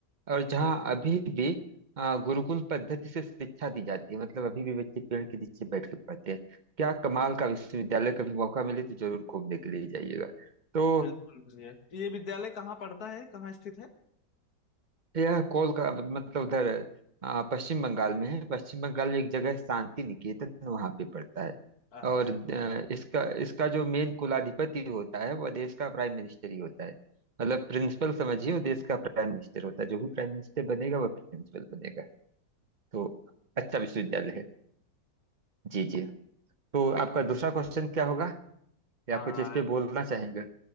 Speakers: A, on the right; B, on the left.
A: और जहाँ
B: हाँ
A: अभी भी अ, गुरुकुल पद्धति से शिक्षा दी जाती है मतलब अभी भी बच्चे पेड़ के नीचे बैठ के पढ़ते हैं क्या कमाल का विश्वविद्यालय कभी मौका मिले तो जरूर घूमने के लिए जाइएगा तो
B: बिल्कुल बढ़िया। ये विद्यालय कहाँ पड़ता है कहाँ स्थित है
A: यह कोलकाता मतलब उधर आ, पश्चिम बंगाल में है पश्चिम बंगाल में एक जगह है शांति निकेतन वहां पे पड़ता है
B: अच्छा
A: और अ, इसका इसका जो मेन कुलाधिपति होता है वह देश का प्राइम मिनिस्टर ही होता है मतलब प्रिंसिपल समझिए वो देश का प्राइम मिनिस्टर होता है जो भी प्राइम मिनिस्टर बनेगा वह प्रिंसिपल बनेगा तो अच्छा विश्वविद्यालय है जी जी तो आपका दूसरा क्वेश्चन क्या होगा या
B: हाँ
A: कुछ इस पे बोलना चाहेंगे